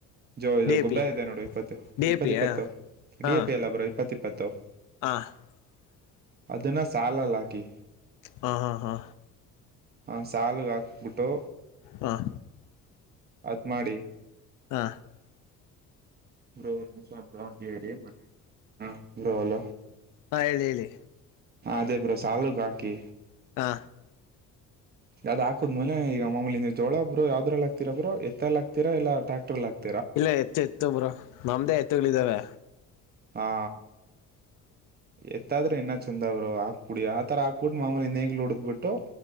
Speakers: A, on the right; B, on the left.
A: ಜೋ ಇದು
B: ಡಿ
A: ಗೊಬ್ಬರ
B: ಎ ಪಿ
A: ಇದೆ ನೋಡು ಇಪ್ಪತ್ತು
B: ಡಿ
A: ಇಪ್ಪತ್ತ
B: ಎ ಪಿ
A: ಇಪ್ಪತ್ತು
B: ಹಾಂ
A: ಡಿ ಎ ಪಿ ಎಲ್ಲ ಬರೋ ಇಪ್ಪತ್ತ ಇಪ್ಪತ್ತು
B: <unintelligible>
A: ಅದನ್ನ ಸಾಲಲ್ಲ ಹಾಕಿ
B: ಹಾ ಹಾ ಹಾ
A: ಹ ಸಾಲುಗ ಹಾಕ್ಬಿಟ್ಟು
B: ಹಾಂ ಹಾಂ
A: ಅದ್ ಮಾಡಿ
B: ಹಾ
A: ಗೋ ನಿಮಷಪಲ ಹೇಳರಿ ಮನೆ ಹ್ಮ ಗೋಲ
B: ಹಾ ಹೇಳಿ ಹೇಳಿ
A: ಹ ಅದೇ ಬ್ರೋ ಸಾಲುಕ ಹಾಕಿ
B: ಹಾ
A: ಅದ್ ಹಕದ್ಮೇಲೆ ಈಗ ಅಮಲಿ ಜೋಲಾ ಬ್ರು ಯಾವದ್ರಲ್ಲ ಹಕ್ತಿರ ಬ್ರ ಎತ್ತ ಎ ಹ ಆತತಿರಾಲ್ಲಾ ಟ್ಯಾಕ್ಟರ್ಲ್ ಆಕ್ತಿರ
B: ಇಲ್ಲ ಎತ್ತು ಎತ್ತು ಬರು ನಮ್ದೇ ಎತ್ತುಗಳಿದಾವ
A: ಹಾ ಎತ್ತಾದ್ರೆ ಇನ್ನ ಅವ್ರು ಹಾಕ್ಬಿಡಿ ಆ ತರ ಹಾಕ್ಬಿಟ್ಟು ಮಾಮೂಲಿ ನೇಗ್ಲು ಉಡದ್ ಬಿಿಟ್ಟು